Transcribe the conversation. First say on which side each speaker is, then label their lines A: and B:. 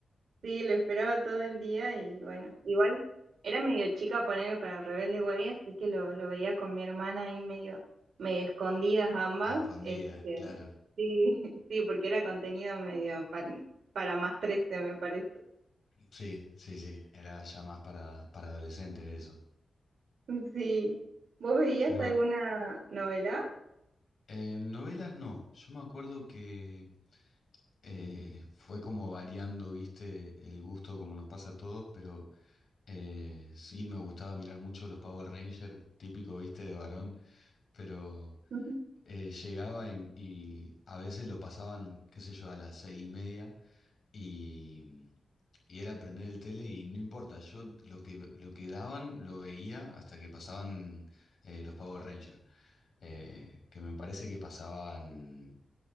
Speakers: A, on the right; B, on the left.
A: Sí, lo esperaba todo el día y bueno, igual era medio chica ponerle para Rebelde Way, así que lo, lo veía con mi hermana ahí medio, medio escondidas ambas.
B: a escondidas,
A: Este,
B: claro.
A: sí, <laughs> sí, porque era contenido medio para para, más 13, me parece.
B: Sí, sí, sí. Era ya más para, para adolescentes eso.
A: <laughs> Sí. ¿Vos veías
B: Yo me-
A: alguna
B: ac-
A: novela?
B: eh, novelas no. Yo me acuerdo que eh, fue como variando, ¿viste? El gusto como nos pasa a todos, pero... Eh, sí, me gustaba mirar mucho los Power Rangers, típico, viste, de varón, pero
A: <laughs>
B: eh, llegaba y, y a veces lo pasaban, qué sé yo, a las seis y media y, y era prender el tele y no importa, yo lo que, lo que daban lo veía hasta que pasaban eh, los Power Rangers, eh, que me parece que pasaban